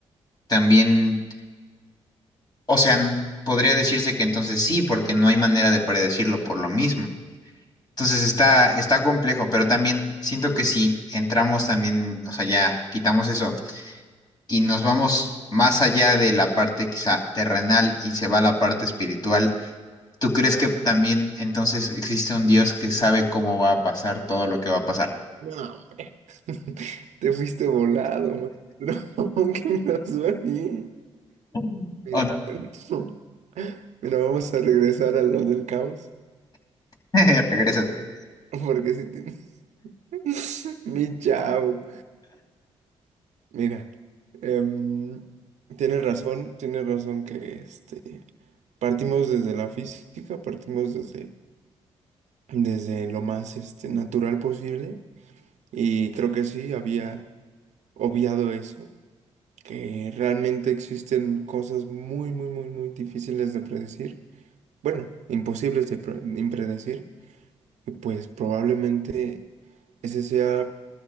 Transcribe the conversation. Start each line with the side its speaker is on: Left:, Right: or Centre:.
Left: también, o sea, n- podría decirse que entonces sí, porque no hay manera de predecirlo por lo mismo. Entonces está, está complejo, pero también siento que si entramos también, o sea, ya quitamos eso y nos vamos más allá de la parte quizá terrenal y se va a la parte espiritual, ¿tú crees que también entonces existe un Dios que sabe cómo va a pasar todo lo que va a pasar?
Right: No, hombre. <laughs> Te fuiste volado, maestro. <laughs> ¿Qué pasó ahí?
Left: Mm.
Right: Mira,
Left: ¿O no?
Right: <laughs> no. Mira, vamos a regresar a lo del caos.
Left: <laughs> Regresas.
Right: <laughs> Porque si tienes... <laughs> Mi chavo. Mira, em, tienes razón, tienes razón que este, partimos desde la física, partimos desde, desde lo más este, natural posible y creo que sí, había obviado eso, que realmente existen cosas muy, muy, muy, muy difíciles de predecir, bueno, imposibles de pre- impredecir y pues probablemente ese sea...